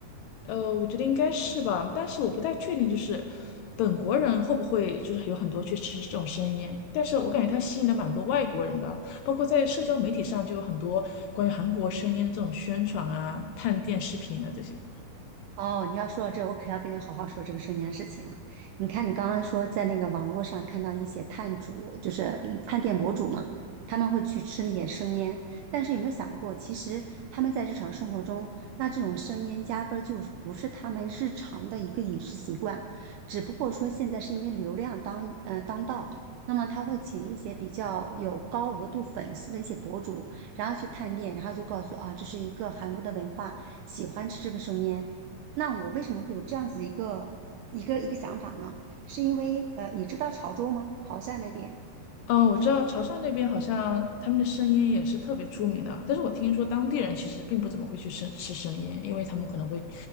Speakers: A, on the left (about 80°); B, on the right (about 80°).
A: 呃，我觉得应该是吧，但是我不太确定，就是本国人会不会就是有很多去吃这种生腌，但是我感觉它吸引了蛮多外国人的，包括在社交媒体上就有很多关于韩国生腌的这种宣传啊、探店视频啊这些。
B: 哦，你要说到这，我可要跟你好好说这个生意的事情了。你看，你刚刚说在那个网络上看到一些探主，就是嗯探店博主嘛，他们会去吃那些生腌，但是有没有想过，其实他们在日常生活中，那这种生腌压根儿就是不是他们日常的一个饮食习惯，只不过说现在是因为流量当呃当道。那么他会请一些比较有高额度粉丝的一些博主，然后去探店，然后就告诉啊，这是一个韩国的文化，喜欢吃这个生腌。那我为什么会有这样子一个一个一个想法呢？是因为呃，你知道潮州吗？潮汕那边。
A: 嗯，我知道潮汕那边好像他们的生腌也是特别出名的，但是我听说当地人其实并不怎么会去生吃生腌，因为他们可能会